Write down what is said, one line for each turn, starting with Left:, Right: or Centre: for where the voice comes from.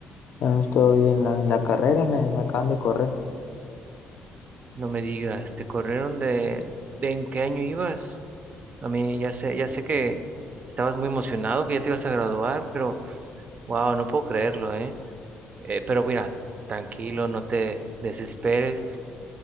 Left: ya no estoy en la, en la carrera, me, me acaban de correr.
Right: No me digas, ¿te corrieron de, de en qué año ibas? A mí ya sé, ya sé que estabas muy emocionado, que ya te ibas a graduar, pero wow, no puedo creerlo, ¿eh? Eh, pero mira, tranquilo, no te desesperes.